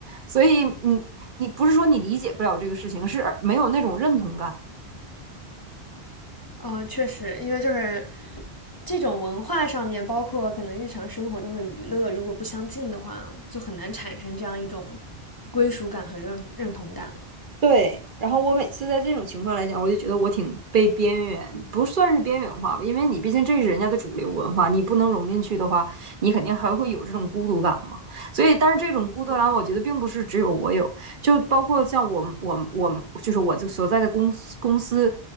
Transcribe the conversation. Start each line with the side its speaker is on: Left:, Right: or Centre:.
Right: 所以你你不是说你理解不了这个事情，是没有那种认同感。
Left: 嗯，确实，因为就是这种文化上面，包括可能日常生活中的娱乐，如果不相近的话，就很难产生这样一种归属感和认认同感了。
Right: 对，然后我每次在这种情况来讲，我就觉得我挺被边缘，不算是边缘化吧，因为你毕竟这是人家的主流文化，你不能融进去的话，你肯定还会有这种孤独感嘛。所以，但是这种孤独感，我觉得并不是只有我有，就包括像我们、我们、我们，就是我就所在的公司公司，